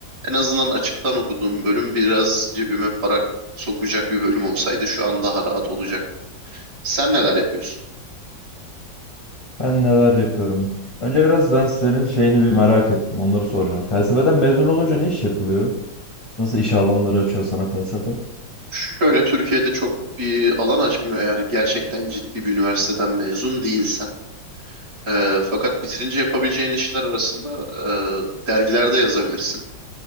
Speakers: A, on the right; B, on the left.
A: en azından açıktan okuduğum bölüm biraz cebime para sokacak bir bölüm olsaydı şu an daha rahat olacaktı. Sen neler yapıyorsun?
B: Ben neler yapıyorum? Önce biraz ben senin şeyini bir merak ettim. Onları soracağım. Felsefeden mezun olunca ne iş yapılıyor? Nasıl iş alanları açıyor sana felsefe?
A: Şöyle Türkiye'de çok bir alan açmıyor eğer gerçekten ciddi bir üniversiteden mezun değilsen. Ee, fakat bitirince yapabileceğin işler arasında e, dergilerde yazabilirsin.